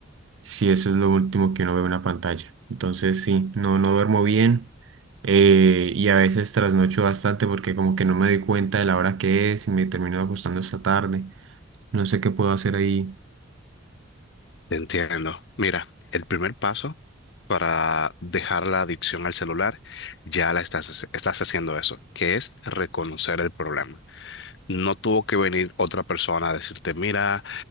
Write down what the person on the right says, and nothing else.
si eso es lo último que uno ve en una pantalla. Entonces, sí, no, no duermo bien eh, y a veces trasnocho bastante porque como que no me doy cuenta de la hora que es y me termino acostando hasta tarde. No sé qué puedo hacer ahí.